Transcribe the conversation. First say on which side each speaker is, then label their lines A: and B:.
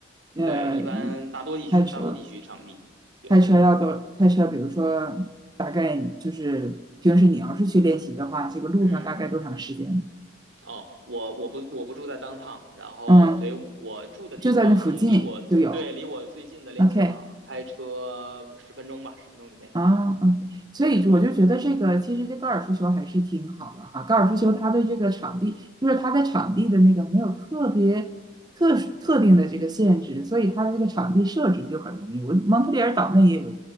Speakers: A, on the right (about 20°); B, on the right (about 85°).
A: 呃
B: 对，一般大多地区，
A: 开车？
B: 大多地区场地比较多。
A: 开车要多开车，比如说大概就是平时你要是去练习的话，这个路上大概多长时间？
B: 嗯。哦，我我不我不住在 downtown，然后所以我住的地方离我对离我最近的练习场开车十分钟吧，
A: 嗯，就在那附近就有。OK，
B: 十分钟以内。
A: 啊，OK，所以我就觉得这个其实这高尔夫球还是挺好的哈。
B: 对对，
A: 高尔夫球它的这个场地，就是它在场地的那个没有特别特殊特定的这个限制，所以它的这个场地设置就很容易。我蒙特利尔岛内也有，